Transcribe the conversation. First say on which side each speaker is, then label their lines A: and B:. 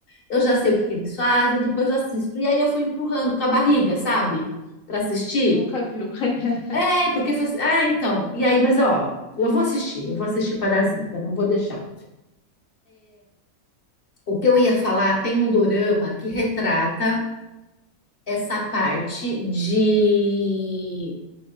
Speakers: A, on the left; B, on the left.
A: eu já sei o que que eles fazem, depois eu assisto. E aí eu fui empurrando com a barriga, sabe? Para assistir.
B: E nunca viu. <laughs>
A: É, porque foi assim, ah, então, e aí, mas ó, eu vou assistir, eu vou assistir Parasita, não vou deixar. O que eu ia falar, tem um dorama que retrata essa parte de